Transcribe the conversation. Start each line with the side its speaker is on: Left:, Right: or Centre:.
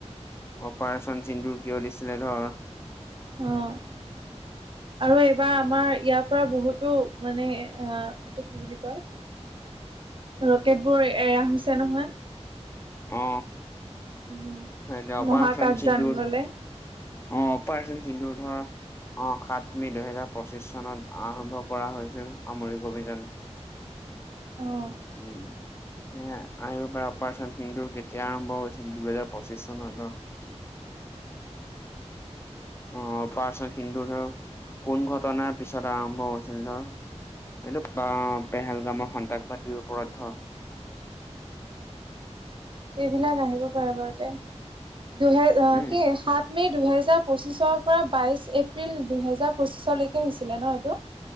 Left: অপাৰেচন চিন্দুৰ কিয় দিছিলে ধৰ,
Right: অ আৰু এইবাৰ আমাৰ ইয়াৰ পৰা বহুতো মানে আহ, এইটো কি বুলি কয়।
Left: <inaudible>
Right: ৰকেট বোৰ এৰা হৈছে নহয়।
Left: অ
Right: উম
Left: সেইতিয়া অপাৰেচন
Right: মহাকাশযান
Left: চিন্দুৰ,
Right: ললে
Left: অ অপাৰেচন চিন্ধুৰ ধৰ, অ সাত মে দুহেজাৰ পঁচিশ চনত আৰম্ভ কৰা হৈছিল সামৰিক অভিযান।
Right: আহ,
Left: উম, এ আহিব পাৰে অপাৰেচন সিন্দুৰ কেতিয়া আৰম্ভ হৈছিল দুহেজাৰ পঁচিশ চনত, অ পাৰ্চত হিন্দু ধৰ কোন ঘটনাৰ পিছত আৰম্ভ হৈছিল ধৰ। এইটো বা পেহেলগামৰ সন্তাসবাদীৰ ওপৰত ধৰ,
Right: এইবিলাক আহিব পাৰে বাৰু তে দুহেজ
Left: উম
Right: কি সাত, মি দুহেজাৰ পঁচিছৰ পৰা বাইছ এপ্ৰিল দুহেজাৰ পঁচিছলৈকে হৈছিলে ন এইটো।